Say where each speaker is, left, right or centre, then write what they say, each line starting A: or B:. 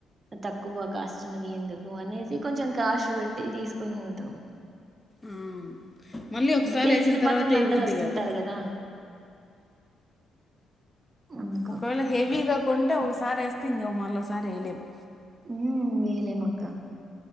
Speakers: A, on the right; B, on the left.
A: తక్కువ కాష్టున్నవి ఎందుకు అనేసి కొంచెం కాస్ట్ పెట్టి తీసుకొని పోతాం
B: అవును. మళ్ళీ ఒకసారి
A: అంటే తెలిసిన
B: వేసిన తర్వాత
A: బంధువులందరూ
B: వెయ్యబుద్ది
A: వస్తుంటారు
B: కాదు
A: గదా! అందుకు.
B: ఒకవేళ హెవీగా కొంటే ఒకసారి వేస్తే ఇంక మళ్ళసారి వేయలేము
A: ఉ వేయలేమాక్కా